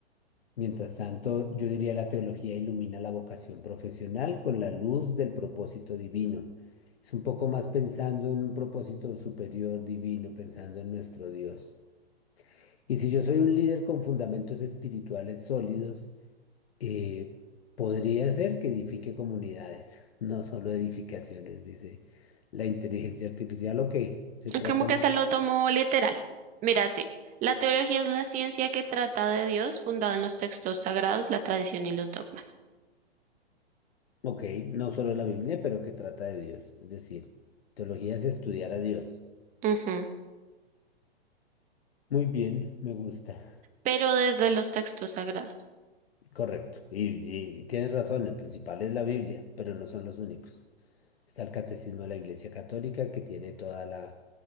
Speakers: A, on the left (about 65°); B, on the right (about 25°).
A: Mientras tanto, yo diría la teología ilumina la vocación profesional con la luz del propósito divino. Es un poco más pensando en un propósito superior divino, pensando en nuestro Dios. Y si yo soy un líder con fundamentos espirituales sólidos, eh, podría ser que edifique comunidades, <laughs> no solo edificaciones, dice la inteligencia artificial. Ok, se trata
B: Como que se lo tomó literal. Mira, sí, la teología es la ciencia que trata de Dios, fundada en los textos sagrados, la tradición y los dogmas.
A: Ok, no solo la Biblia, pero que trata de Dios. Es decir, teología es estudiar a Dios.
B: Ujú.
A: Muy bien, me gusta.
B: Pero desde los textos sagrados.
A: Correcto. Y, y- y tienes razón, el principal es la Biblia, pero no son los únicos. Está el Catecismo de la Iglesia Católica, que tiene toda la,